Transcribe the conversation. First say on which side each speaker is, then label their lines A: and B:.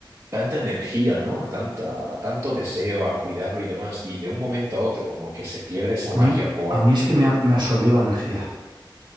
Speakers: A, on the right (about 35°); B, on the right (about 60°).
A: tanta energía, ¿no? A tanta, a tanto deseo a cuidarlo y demás, y de un momento a otro como que se pierde esa
B: A
A: magia
B: mí,
A: por
B: a mí es que me, a- me absorbió la energía.